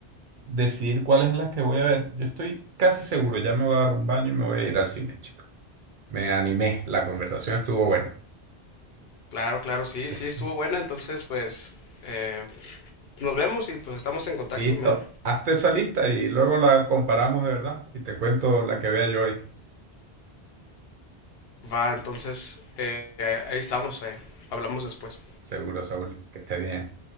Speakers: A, on the right; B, on the left.
A: decidir cuáles es las que voy a ver. Yo estoy casi seguro, ya me voy a dar un baño y me voy a ir al cine, chico. Me animé, la conversación estuvo buena.
B: Claro, claro, sí,
A: Sí.
B: sí, estuvo buena. Entonces, pues, eh, nos vemos y pues estamos en contacto.
A: Listo,
B: Me
A: hazte esa lista y luego la comparamos de verdad y te cuento la que vea yo hoy.
B: va, entonces, eh, ahí estamos. eh, Hablamos después.
A: Seguro, Saúl, que esté bien.